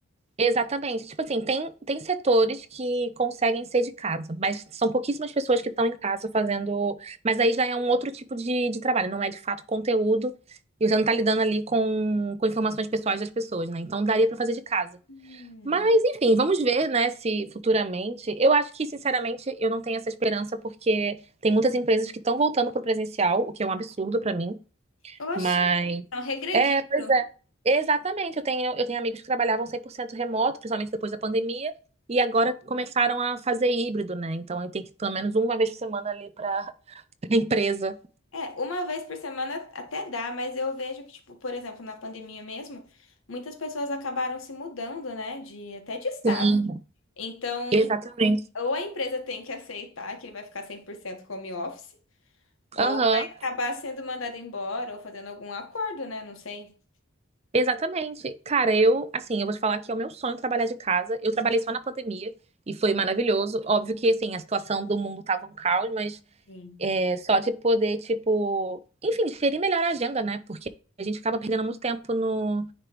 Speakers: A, on the right; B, on the left.
A: exatamente. Tipo assim, tem, tem setores que conseguem ser de casa, mas são pouquíssimas pessoas que estão em casa fazendo. Mas aí já é um outro tipo de, de trabalho, não é de fato conteúdo, e você não tá lidando ali com, com informações pessoais das pessoas, né? Então daria pra fazer de casa.
B: Hum.
A: Mas, enfim, vamos ver, né, se futuramente. Eu acho que, sinceramente, eu não tenho essa esperança, porque tem muitas empresas que estão voltando para o presencial, o que é um absurdo para mim.
B: Oxi,
A: Mas.
B: estão regredindo.
A: É, pois é. Exatamente. Eu tenho, eu tenho amigos que trabalhavam 100% remoto, principalmente depois da pandemia, e agora começaram a fazer híbrido, né? Então, eu tenho que ir pelo menos uma vez por semana ali para a empresa.
B: É, uma vez por semana até dá, mas eu vejo que, tipo, por exemplo, na pandemia mesmo, muitas pessoas acabaram se mudando, né, de até de estado.
A: Sim,
B: Então,
A: exatamente.
B: ou a empresa tem que aceitar que ele vai ficar 100% home office, ou
A: Aham.
B: vai acabar sendo mandado embora ou fazendo algum acordo, né, não sei.
A: Exatamente. Cara, eu, assim, eu vou te falar que é o meu sonho trabalhar de casa. Eu trabalhei só na pandemia e foi maravilhoso. Óbvio que, assim, a situação do mundo tava um caos, mas
B: Sim.
A: é, só de poder, tipo, enfim, gerir melhor a agenda, né? Porque a gente acaba perdendo muito tempo no,